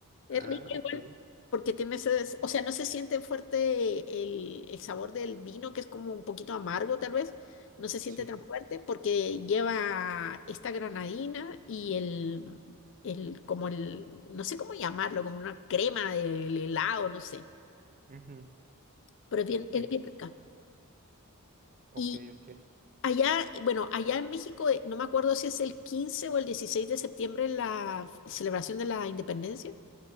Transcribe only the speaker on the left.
Es
rico
igual porque tiene ese, des- o sea, no se siente fuerte el, el sabor del vino, que es como un poquito amargo tal vez, no se siente
tan fuerte porque lleva esta granadina y el, el como el, no sé cómo llamarlo, como una crema del helado, no sé,
pero es bien,
es bien rica.
Y
allá, bueno, allá en México, eh, no me acuerdo si es el 15 o el 16 de septiembre la celebración de la independencia.